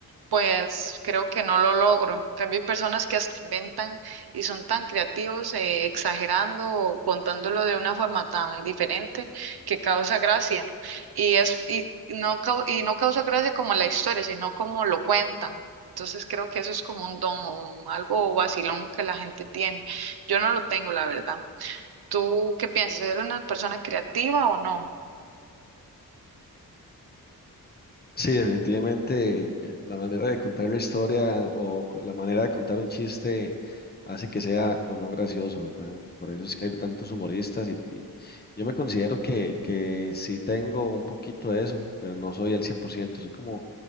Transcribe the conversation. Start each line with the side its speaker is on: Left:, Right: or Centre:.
Right: pues creo que no lo logro. También hay personas que hasta inventan y son tan creativos, eh, exagerando o contándolo de una forma tan diferente que causa gracia. Y es, y no, cau- y no causa gracia como la historia, sino como lo cuentan. Entonces creo que eso es como un don o algo vacilón que la gente tiene. Yo no lo tengo, la verdad. ¿Tú qué piensas? ¿Eres una persona creativa o no?
Left: Sí, definitivamente eh, la manera de contar la historia o co- la manera de contar un chiste hace que sea o no gracioso, ¿verdad? Por eso es que hay tantos humoristas y, y yo me considero que, que sí tengo un poquito de eso, pero no soy al 100%. soy como,